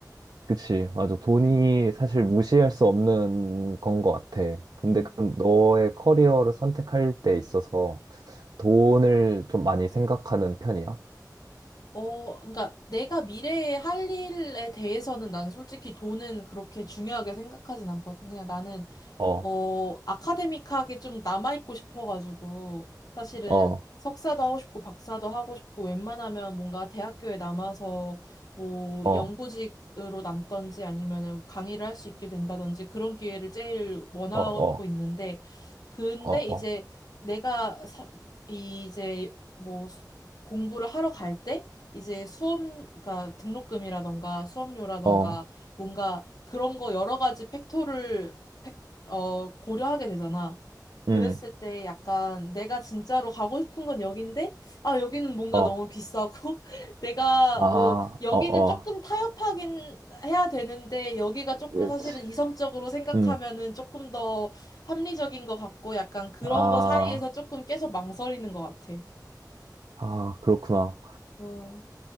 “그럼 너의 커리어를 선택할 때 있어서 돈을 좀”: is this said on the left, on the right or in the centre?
Right